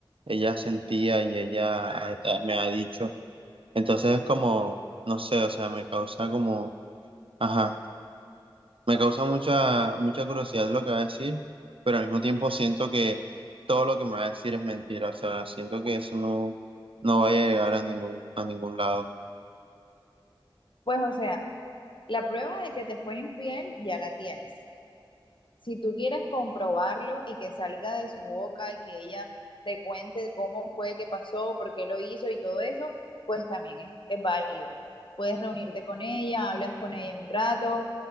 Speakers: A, on the right (about 85°); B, on the left (about 65°).
A: ella sentía y ella ha- ha- me ha dicho. Entonces es como, no sé, o sea, me causa como, ajá, me causa mucha, mucha curiosidad lo que va a decir, pero al mismo tiempo siento que todo lo que me va a decir es mentira, o sea, siento que eso no, no vaya a llegar a ningún, a ningún lado.
B: Pues, o sea, la prueba de que te fue infiel ya la tienes. si tú quieres comprobarlo y que salga de su boca y que ella te cuente cómo fue, qué pasó, por qué lo hizo y todo eso, pues también es, es válido. Puedes reunirte con ella, hablas con ella un rato,